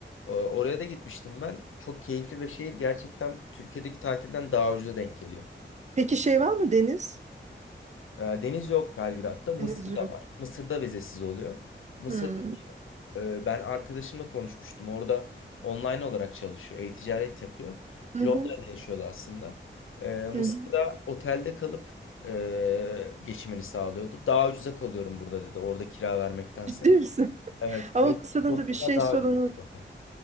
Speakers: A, on the left (about 85°); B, on the right (about 35°).
A: E, oraya da gitmiştim ben. Çok keyifli ve şehir gerçekten Türkiye'deki tatilden daha ucuza denk geliyor.
B: Peki şey var mı deniz?
A: E, Deniz yok Belgrad'da. Mısır'da
B: Deniz yok.
A: var. Mısır'da vizesiz oluyor. Mısır
B: Hmm.
A: e, ben arkadaşımla konuşmuştum. Orada online olarak çalışıyor. E-ticaret yapıyor.
B: Hı
A: Londra'da
B: hı,
A: yaşıyordu aslında. E, Mısır'da
B: hı hı.
A: otelde kalıp e, geçimini sağlıyordu. Daha ucuza kalıyorum burada dedi. Orada kira vermektense.
B: Ciddi misin?
A: Evet.
B: <laughs> Ama
A: 500
B: Bursa'nın
A: oteller
B: da bir şey
A: daha
B: sorunu,
A: ucuz. burada.